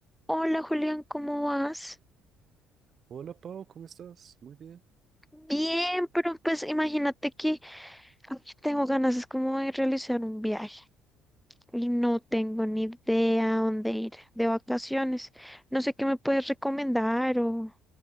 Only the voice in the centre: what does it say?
Hola Julián, ¿cómo vas?
Bien, pero pues imagínate que ay, tengo ganas, es como de realizar un viaje y no tengo ni idea a dónde ir de vacaciones. No sé qué me puedes recomendar o